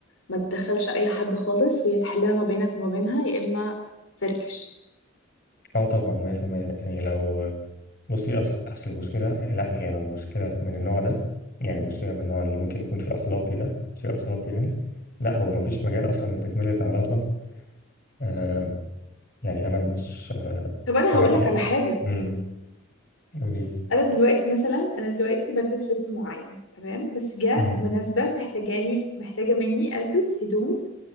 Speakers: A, on the left (about 85°); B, on the left (about 50°).
A: ما تدخلش اي حد خالص وهي تحلها ما بينك وما بينها يا اما فركش
B: اه طبعا 100% يعني لو بصي اصل اصل المشكله لا هي لو مشكله من النوع ده يعني مشكله من النوع اللي ممكن يكون في اخلاقي ده شيء اخلاقي يعني لا هو ما فيش مجال اصلا لتكمله علاقه آه، يعني انا مش آه،
A: طب انا
B: انا
A: هقول
B: في
A: لك على حاجه
B: امم قولي لي
A: انا دلوقتي مثلا انا دلوقتي بلبس لبس معين تمام بس جاء
B: امم
A: مناسبة محتاجاني محتاجة مني البس هدوم